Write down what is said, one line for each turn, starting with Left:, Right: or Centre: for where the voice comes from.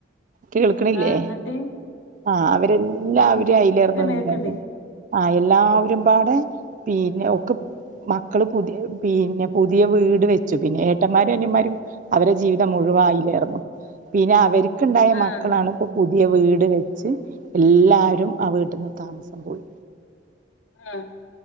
Right: കേൾക്കണില്ലേ?
Left: ആഹ് ന്നട്ട്
Right: ആഹ് അവരെല്ലാവരും അയിലേറ്ന്ന്
Left: കേക്ക്ണ്ട്
Right: നിന്നത് ആഹ് എല്ലാവരുംപാടെ പിന്നെ ഒക്കെ മക്കള് പുതിയ പിന്നെ പുതിയ വീട് വെച്ചു പിന്നെ ഏട്ടമ്മാരും അനിയന്മാരും അവരെ ജീവിതം മുഴുവ അയിലായിരുന്നു. പിന്നെ അവര്ക്ക്ണ്ടായ
Left: ആഹ്
Right: മക്കളാണ് ഇപ്പോ പുതിയ വീട് വെ ച്ച് എല്ലാരും ആ വീട്ട്ന്ന് താമസം പോയി
Left: ആഹ്